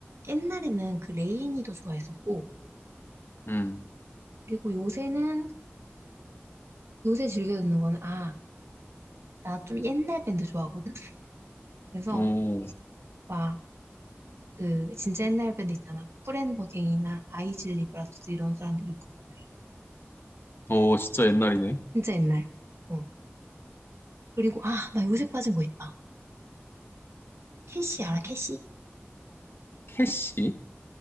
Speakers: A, on the right; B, on the left.
A: 옛날에는 그 레이니도 좋아했었고,
B: 음,
A: 그리고 요새는, 요새 즐겨 듣는 거는, 아, 나 좀 옛날 밴드 좋아하거든? 그래서,
B: 오,
A: 막, 그, 진짜 옛날 밴드 있잖아. 프렌버갱이나 아이즐 리브라더스 이런 사람들 듣고 좋아해.
B: 오, 진짜 옛날이네.
A: 진짜 옛날. 응. 그리고, 아, 나 요새 빠진 거 있다. 캐시, 알아, 캐시?
B: 캐시?